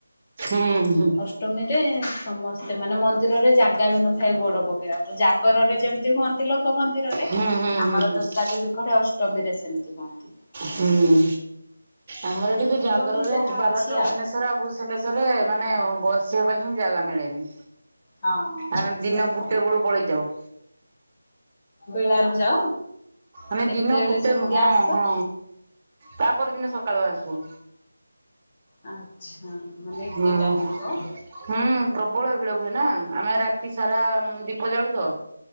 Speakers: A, on the right; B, on the left.
A: ହୁଁ ହୁଁ
B: ଅଷ୍ଟମୀରେ ସମ- ସେ ମାନେ ମନ୍ଦିରରେ ଜାଗା ବି ନଥାଏ ଗୋଡ଼ ପକେଇବାକୁ ଜାଗରରେ ଯେମିତି ହୁଅନ୍ତି ଲୋକ ମନ୍ଦିରରେ
A: ହୁଁ ହୁଁ ହୁଁ
B: ଆମର ଦୁର୍ଗା ଦେବୀଙ୍କ ଅଷ୍ଟମୀରେ ସେମିତି ହୁଅନ୍ତି।
A: ହୁଁ ଆମର ଏଠି ବି ଜାଗରରେ
B: ଯୋଉଠି ଯାହା
A: ବାବା
B: ଅଛି
A: ଚନ୍ଦନେଶ୍ୱର ଆଉ ଭୁଷଣେ ଥରେ ମାନେ ବସିବା ପାଇଁ ହିଁ ଜାଗା ମିଳେନି।
B: ହଁ
A: ଆମେ
B: ହଉଥିବ
A: ଦିନ
B: ତ
A: ଗୁଟେ ବେଳୁ ପଳେଇ ଯାଉ।
B: ବେଳାରୁ ଯାଅ।
A: ଆମେ
B: କେତେବେଳେ
A: ଦିନ କୁ ଗୁ ଟେ
B: ସେମିତି
A: ହଁ
B: ଆସ
A: ହଁ ତାପର ଦିନ ସକାଳୁ ଆସୁ।
B: ଆଚ୍ଛା ମାନେ ଏତେ
A: ହୁଁ
B: ଟାଇମ୍ ରୁହ।
A: ହୁଁ ପ୍ରବଳ ଭିଡ଼ ହୁଏ ନା ଆମେ ରାତି ସାରା ଦୀପ ଜାଳୁ ତ।